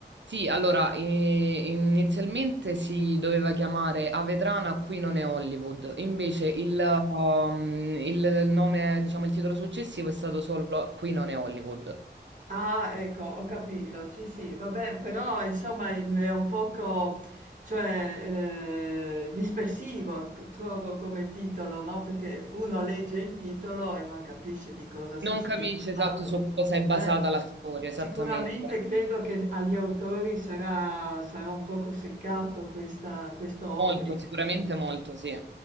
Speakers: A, on the right; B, on the right.
A: Sì, allora, eh, inizialmente si doveva chiamare Avetrana, qui non è Hollywood, invece il, um, il nome, diciamo, il titolo successivo è stato solo Qui non è Hollywood.
B: Ah, ecco, ho capito. Sì, sì, vabbè, però insomma il- è un poco, cioè, eh, dispersivo, c- trovo come titolo, no? Perché uno legge il titolo e non capisce di cosa si
A: Non
B: stia
A: capisce esatto
B: parlando.
A: su cosa è basata
B: Eh,
A: la storia,
B: sicuramente
A: esattamente.
B: credo che agli autori sarà, sarà un poco seccato questa- questo obbligo.
A: Molto, sicuramente molto, sì.